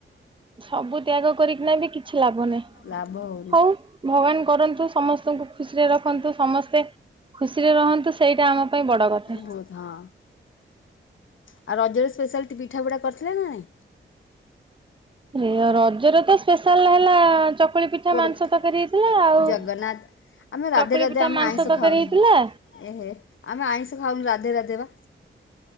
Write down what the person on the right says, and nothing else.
ସବୁ ତ୍ୟାଗ କରିକିନା ବି କିଛି ଲାଭ ନାହିଁ।
ହଉ ଭଗବାନ କରନ୍ତୁ ସମସ୍ତଙ୍କୁ ଖୁସିରେ ରଖନ୍ତୁ। ସମସ୍ତେ ଖୁସିରେ ରହନ୍ତୁ। ସେଇଟା ଆମ ପାଇଁ ବଡ଼ କଥା।
ଇଏ ରଜରେ ତ ସ୍ପେଶାଲ ହେଲା ଚପ୍ ଚକୁଳି ପିଠା,
ମାଂସ ତରକାରୀ ହେଇଥିଲା, ଆଉ
ଚକୁଳି
ପିଠା,
ମାଂସ
ତରକାରୀ
ହେଇଥିଲା।